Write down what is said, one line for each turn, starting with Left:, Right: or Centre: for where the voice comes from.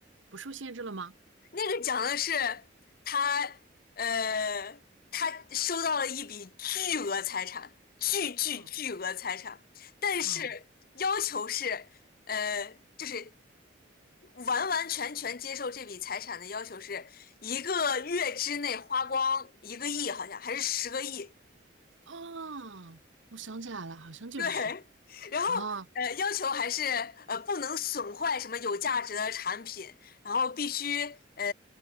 Right: 不受限制了吗？
Left: 那个讲的是他，呃，他收到了一笔巨额财产，巨巨巨额财产，
Right: 哦，
Left: 但是要求是，
Right: 哦
Left: 呃，就是完完全全接受这笔财产的要求是一个月之内花光一个亿，好像还是十个亿，
Right: 哦，我想起来了，好像就是这个。
Left: 对，然后呃，
Right: 啊
Left: 要求还是呃不能损坏什么有价值的产品，然后必须呃